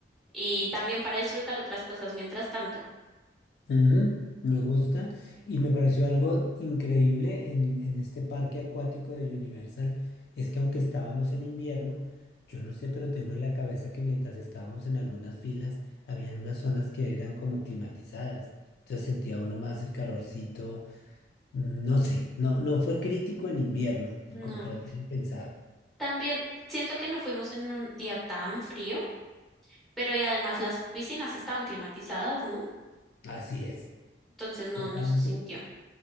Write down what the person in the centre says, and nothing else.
y también para disfrutar otras cosas mientras tanto.
No.
También siento que no fuimos en un día tan frío, pero y además las piscinas estaban climatizadas, ¿no?
Entonces no,
no se sintió.